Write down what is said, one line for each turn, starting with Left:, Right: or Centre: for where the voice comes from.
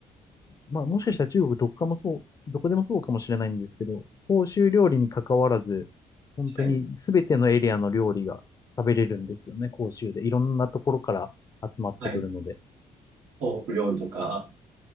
Left: まあ、もしかしたら中国どこかもそう、どこでもそうかもしれないんですけど、欧州料理に関わらず、本当にすべてのエリアの料理が食べれるんですよね、
Right: はい。
Left: 広州で。いろんなところから集まってくるので。
Right: はい。東北料理とか、